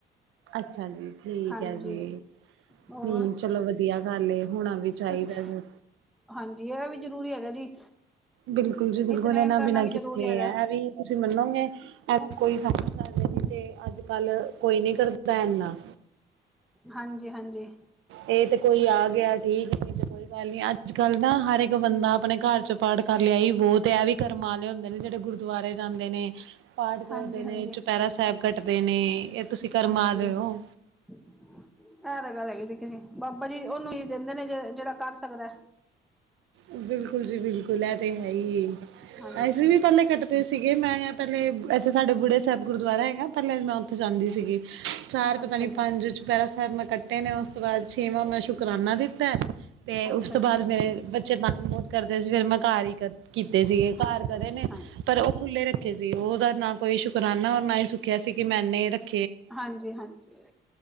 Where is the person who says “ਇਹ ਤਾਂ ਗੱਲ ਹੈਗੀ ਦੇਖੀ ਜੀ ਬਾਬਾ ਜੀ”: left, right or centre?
Centre